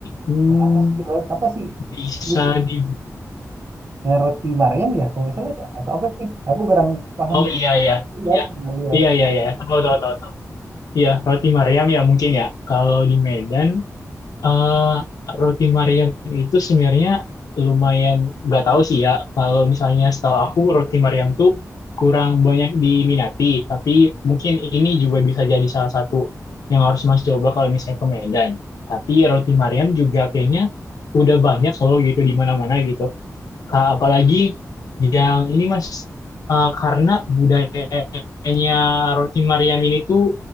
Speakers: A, on the left (about 85°); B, on the right (about 50°).
A: Hmm,
B: apa sih rot apa sih
A: bisa
B: lupa
A: di...
B: Eh, roti Maryam ya kalau nggak salah ya atau apa sih? Aku kurang paham
A: Oh, iya, iya.
B: Lihat,
A: Iya,
B: pernah lihat.
A: iya, iya, iya. Tahu, tahu, tahu, tahu. Iya, roti Mariam ya mungkin ya. Kalau di Medan, Eh, roti Mariam itu sebenarnya lumayan nggak tahu sih ya. Kalau misalnya setahu aku roti Mariam tuh kurang banyak diminati, tapi mungkin ini juga bisa jadi salah satu yang harus Mas coba kalau misalnya ke Medan. Tapi roti Mariam juga kayaknya udah banyak loh gitu di mana-mana gitu. Ka- apalagi yang ini Mas eh, karena budayanya roti Mariam ini tuh